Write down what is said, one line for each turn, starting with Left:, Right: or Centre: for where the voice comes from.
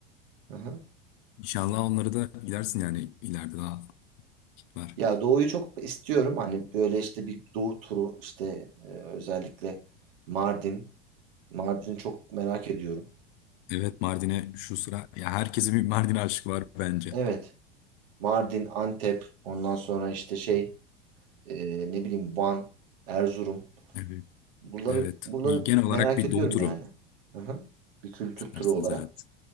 Right: Hı hı.
Left: inşallah onları da gidersin yani ileride daha var.
Right: Ya Doğu'yu çok istiyorum. Hani böyle işte bir Doğu turu işte e, özellikle Mardin. Mardin'i çok merak ediyorum.
Left: Evet Mardin'e şu sıra ya herkesin bir Mardin aşkı var bence.
Right: Evet. Mardin, Antep, ondan sonra işte şey e, ne bileyim Van, Erzurum.
Left: Evet.
Right: Buraları
Left: Evet.
Right: buraları
Left: Bir genel
Right: merak
Left: olarak bir
Right: ediyorum
Left: doğu turu
Right: yani. Hı hı. Bir kültür
Left: istersiniz
Right: turu olarak.
Left: evet.